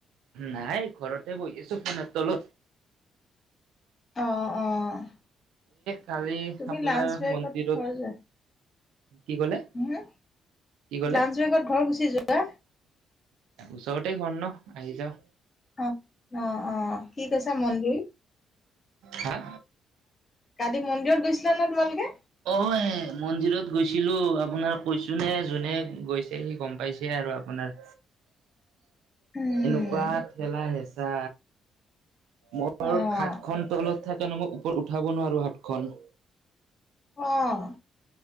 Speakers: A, on the right; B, on the left.
A: নাই ঘৰতে ব, এছো ফোন তল
B: অ', অ',
A: কালি
B: তুমি
A: আপোনাৰ
B: লাঞ্চ ব্ৰেকত
A: মন্দিৰত
B: স, যে
A: কি ক'লে
B: হম
A: কি ক'লে
B: লাঞ্চ বেগত ঘৰ গুচি যোৱা।
A: ওচৰতে ঘ, ন, আহি যাওঁ।
B: অ', অ', অ', কি কৈছে মন্দিৰ।
A: হা?
B: কালি মন্দিৰত গৈছিলা নে তোমালোকে।
A: অ, মন্দিৰত গৈছিলো আপোনাৰ কৈছো নে যোনে গৈছে সি গম পাইছে। আৰু আপোনাৰ
B: উম,
A: এনেকুৱা ঠেলা, হেঁচা মোৰ
B: অ',
A: হাতখন তলত থাকে নে মই ওপৰত উঠাব নোৱাৰো হাতখন।
B: আহ।